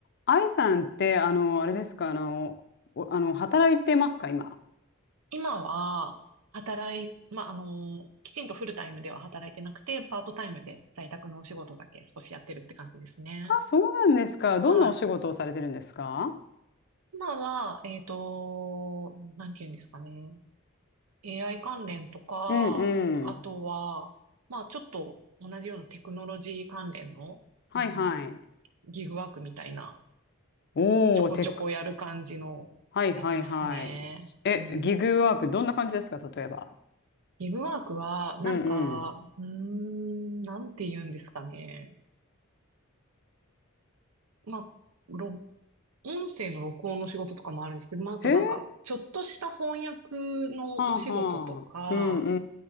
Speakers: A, on the left; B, on the right.
A: 愛さんって、あの、あれですか、
B: うん
A: あの、おあの、働いてますか、今。
B: 今は、働い、まあ、あの、きちんとフルタイムでは働いてなくて、パートタイムで在宅のお仕事だけ少しやってるって感じですね。
A: あ、そうなんですか。どんなお仕事をされてるんですか
B: はい。今は、えっと、なんて言うんですかね。AI 関連とか、
A: うん
B: あとは、
A: うん。
B: まあ、ちょっと同じようなテクノロジー関連の、
A: はいはい。
B: うん、ギグワークみたいな、
A: おー、
B: ちょこちょこやる感じの、
A: テック。はいはいはい。
B: やってますね。
A: え、
B: うん
A: ギグワーク、どんな感じですか、例えば。
B: ギブワークは、なんか、
A: うんうん。
B: うーん、なんて言うんですかね。まあ、ろ音声の録音の仕事とかもあるんですけど、まあ、あとなんか、
A: へー、
B: ちょっとした翻訳のお仕事とか、
A: はあはあ。うん